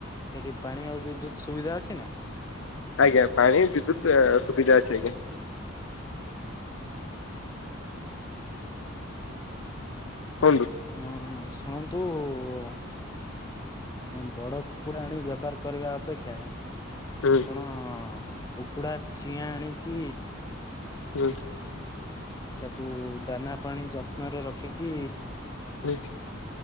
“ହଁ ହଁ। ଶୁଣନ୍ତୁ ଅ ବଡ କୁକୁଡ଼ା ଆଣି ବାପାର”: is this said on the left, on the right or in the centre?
Left